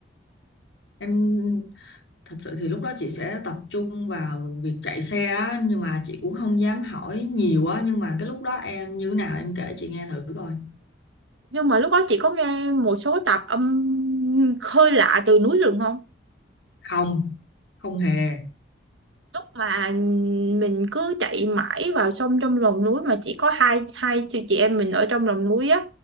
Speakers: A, on the left; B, on the right.
A: Em Thật sự thì lúc đó chị sẽ tập trung vào việc chạy xe á, nhưng mà chị cũng không dám hỏi nhiều á, nhưng mà cái lúc đó em như thế nào em kể chị nghe thử coi.
B: nhưng mà lúc đó chị có nghe một số tạp âm khơi lạ từ núi rừng không
A: Không, không hề.
B: lúc mà mình cứ chạy mãi vào sông trong lòng núi mà chỉ có hai hai chị, chị em mình ở trong lòng núi á